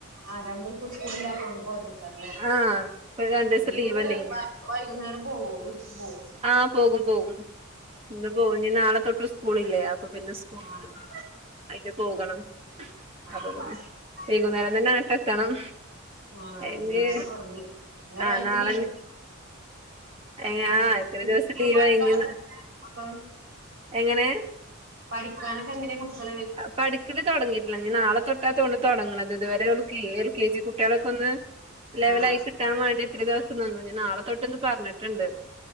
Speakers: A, on the right; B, on the right.
A: ആഹ് രണ്ടു ദിവസം സ്കൂള്ലാത്തോണ്ട് പോയ ത്തേകാരം ലെ
B: ആഹ് ഇപ്പൊ രണ്ടീസം
A: അങ്ങ്
B: ലീവല്ലേനി
A: വ വൈകുന്നേരം പോവോ വീട്ടക്ക് പോവും
B: ആഹ് പോകും പോകും ഇന്ന് പോകും ഇനി നാളെ തൊട്ട് സ്കൂളല്ലേ അപ്പൊ പിന്നെ സ് ക്ക്
A: ആഹ്
B: ആയിട്ട് പോകണം
A: ആഹ്
B: അപ്പൊ തന്നെ
A: ആഹ്
B: വൈകുന്നേരം തന്നെങ്ങട്ട് എത്തണം
A: ആഹ്
B: അയിന്
A: നാളെ തുടങ്ങി ഒരാഴ്ച
B: ആഹ് നാളെ
A: ലീവ്
B: ഇനി ഏഹ്
A: ഉം
B: ആഹ്
A: <unintelligible>
B: ഇത്ര ദിവസം ലീവാ
A: പഠിക്കാനൊക്കെ
B: ഇനി
A: എങ്ങനെ മങ്ങള്
B: എങ്ങനെ
A: പഠിക്കാനൊക്കെ എങ്ങനെ മക്കള്
B: പഠിക്കല് തൊടങ്ങിയിട്ടില്ല നി നാളെ തൊട്ടാത്തൊന്നുണു തുടങ്ങണത് ഇതുവരെ ഓല്കെയ് എൽ കെ ജി കുട്ടികളെക്കെ ഒന്ന് ലെവലായി
A: ആഹ്
B: കിട്ടാൻ വേണ്ടി ഇത്ര ദിവസം നിന്നു ഇനി നാളെ തൊട്ട്ന്ന് പറഞ്ഞിട്ടുണ്ട്